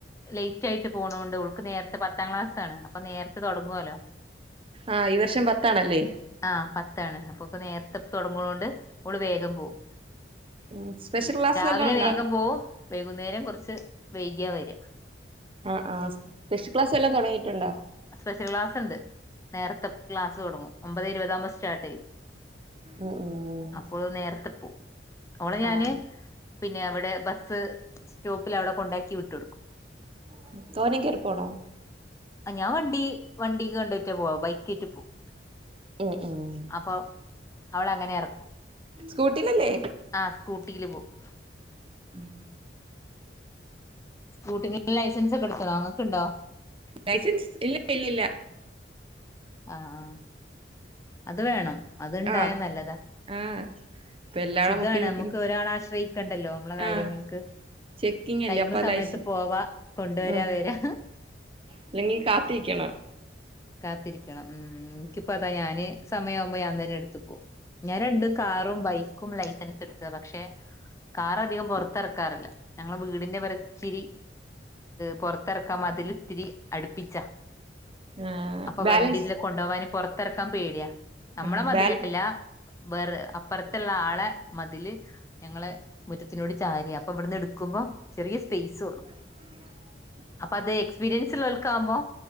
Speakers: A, on the left; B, on the right.
A: ലേറ്റ് ആയിട്ട് പോണൊണ്ട് ഓൾക്ക് നേരത്തെ പത്താം ക്ലാസാണ് അപ്പൊ നേരത്തെ തുടങ്ങോല്ലോ
B: ആഹ് ഈ വർഷം പത്താണല്ലേ
A: ആഹ് പത്താണ് അപ്പൊക്കെ നേരത്തെ തൊടങ്ങണൊണ്ട് ഓള് വേഗം പോവും
B: ഉം സ്പെഷ്യൽ ക്ലാസ്
A: രാവിലെ
B: വല്ലോം ഉണ്ടോ
A: വേഗം പോവും വൈകുന്നേരം കുറച്ച് വൈകിയ വരാ
B: ആഹ് ആഹ് സ്പെഷ്യൽ ക്ലാസ് എല്ലാം തുടങ്ങിയിട്ടുണ്ടോ
A: സ്പെഷ്യൽ ക്ലാസ് ഉണ്ട് നേരത്തെ ക്ലാസ് തുടങ്ങും ഒമ്പത് ഇരുപതാകുമ്പോ സ്റ്റാർട്ട് ചെയ്യും
B: ഉം ഉം
A: അപ്പോ നേരത്തെ പോവും അവളെ ഞാന്
B: ആഹ്
A: പിന്നെ അവിടെ ബസ്സ് സ്റ്റോപ്പിൽ അവിടെ കൊണ്ടാക്കി വിട്ട് കൊടുക്കും
B: ഉം തോനേം കേറി പോണോ
A: ആഹ് ഞാൻ വണ്ടി വണ്ടികൊണ്ടേറ്റാ പോവാ ബൈക്കേറ്റ് പോവും
B: ഉം ഉം
A: അപ്പൊ അവളെ അങ്ങനെ എറക്കും
B: സ്കൂട്ടിയിലല്ലേ
A: ആഹ് സ്കൂട്ടിയില് പോവും
B: ഉം
A: സ്കൂട്ടിക് ലൈസൻസ് ഒക്കെ എടുത്തണോ ഇങ്ങക്ക്‌ണ്ടോ
B: ലൈസൻസ് ഇല്ല ഇല്ലല്ല
A: ആഹ് അത് വേണം അത്ണ്ടായാ
B: ആഹ്
A: നല്ലതാ
B: ആഹ് ഇപ്പ എല്ലാടെ
A: സുഖാണ്
B: മുക്കിന്
A: നമുക്ക്
B: മുക്കിന്
A: ഒരാളെ ആശ്രയിക്കണ്ടല്ലോ നമ്മളെ കാര്യങ്ങൾക്ക്
B: ആഹ് ചെക്കിങ് അല്ലേ
A: ടൈമ്
B: അപ്പൊ
A: സമയത്ത്
B: ലൈസൻസ്
A: പോവാ കൊണ്ടുവരാ
B: ഉം
A: വരാ
B: അല്ലെങ്കിൽ കാത്തിരിക്കണം
A: കാത്തിരിക്കണം ഉം ഇൻക്കിപ്പം അതാ ഞാന് സമയാവുമ്പോ ഞാൻ തന്നെ എടുത്തു പോവും ഞാൻ രണ്ട് കാറും ബൈക്കും ലൈസൻസ് എടുത്തത് പക്ഷെ കാറ് അധികം പുറത്തിറക്കാറില്ല ഞങ്ങളെ വീടിന്റെ വറച്ചിരി പുറത്തിറക്കാൻ മതിൽ ഇത്തിരി അടുപ്പിച്ചാ
B: ആഹ്
A: അപ്പൊ വണ്ടി
B: ബാലൻസ്
A: ഇതിലെ കൊണ്ടോവാൻ പൊറത്തിറക്കാൻ പേടിയാ നമ്മളെ
B: ആഹ്
A: മതിലല്ലാ
B: ബാല
A: വേറെ അപ്പുറത്തുള്ള ആളെ മതില് ഞങ്ങളെ മുറ്റത്തിനോട് ചാരിയ അപ്പൊ ഇവിടെന്ന് എടുക്കുമ്പോ ചെറിയ സ്പേസ ഉള്ളു
B: ഉം
A: അപ്പൊ അത് എക്സ്പീരിയൻസ് ഉള്ളോൽക്കാവുമ്പോ